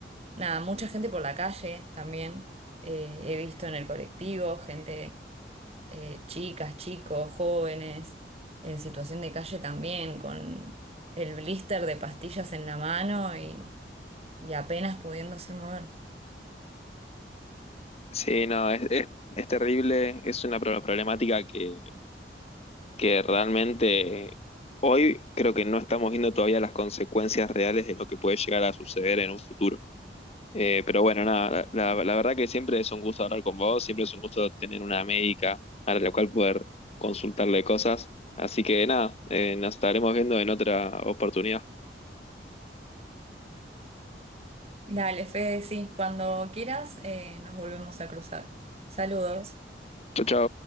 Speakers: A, on the right; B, on the left.
A: Nada, mucha gente por la calle también, eh, he visto en el colectivo, gente eh, chicas, chicos, jóvenes, en situación de calle también, con el blister de pastillas en la mano y, y apenas pudiéndose mover.
B: Sí, no, es, es, es terrible, es una pro- problemática que, que realmente hoy creo que no estamos viendo todavía las consecuencias reales de lo que puede llegar a suceder en un futuro. Eh, pero bueno, nada, la, la- la verdad que siempre es un gusto hablar con vos, siempre es un gusto tener una médica a la cual poder consultarle cosas. Así que nada, eh, nos estaremos viendo en otra oportunidad.
A: Dale, Fede, sí, cuando quieras eh, nos volvemos a cruzar. Saludos.
B: Chau, chau.